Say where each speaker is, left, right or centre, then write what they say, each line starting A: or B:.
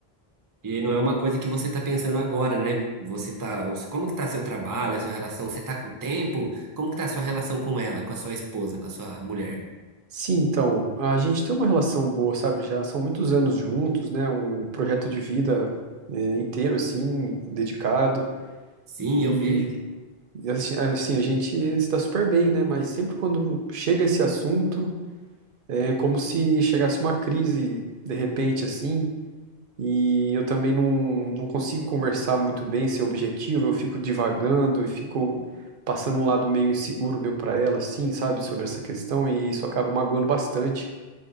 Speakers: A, on the right (about 35°); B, on the right (about 65°).
A: E aí não é uma coisa que você está pensando agora, né? Você tá, ou se- como que tá seu trabalho, a sua relação? Você tá com tempo? Como que tá a sua relação com ela, com a sua esposa, com a sua mulher?
B: Sim, então, a gente tem uma relação boa, sabe? Já são muitos anos juntos, né? Um projeto de vida eh, inteiro assim, dedicado.
A: Sim,
B: e
A: eu vejo.
B: E assim, assim, a gente está super bem, né? Mas sempre quando chega esse assunto, é como se chegasse uma crise de repente, assim. E eu também não, não consigo conversar muito bem, ser objetivo. Eu fico divagando e fico passando um lado meio inseguro meu para ela, assim, sabe? Sobre essa questão. E isso acaba magoando bastante.